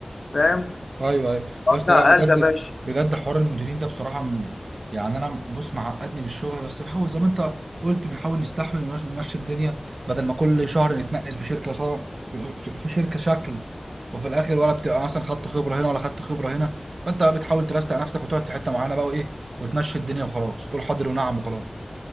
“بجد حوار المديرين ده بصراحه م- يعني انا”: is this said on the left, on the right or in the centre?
Right